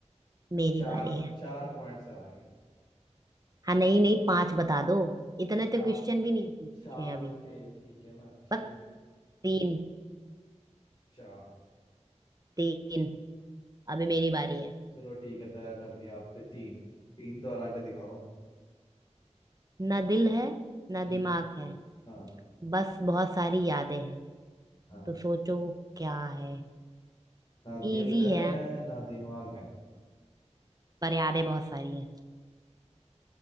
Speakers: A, on the right; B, on the left.
A: मेरी
B: चार
A: बारी है
B: चार पॉइंट से आगे
A: हाँ नहीं नहीं पांच बता दो इतने तो
B: चार
A: क्वेश्चन भी नहीं पूछे
B: चार
A: अभी
B: थे ठीक है ना चीटिंग
A: बस तीन
B: चार
A: तीन अभी मेरी बारी है
B: चलो ठीक है दया कर दिया आप पे तीन तीन तो हरा के दिखाओ
A: ना दिल है ना
B: हम्म
A: दिमाग है
B: हाँ
A: बस बहुत सारी यादें हैं
B: हाँ
A: तो सोचो वो क्या है
B: ना
A: इजी
B: दिल है
A: है
B: ना दिमाग है
A: पर यादें बहुत सारी हैं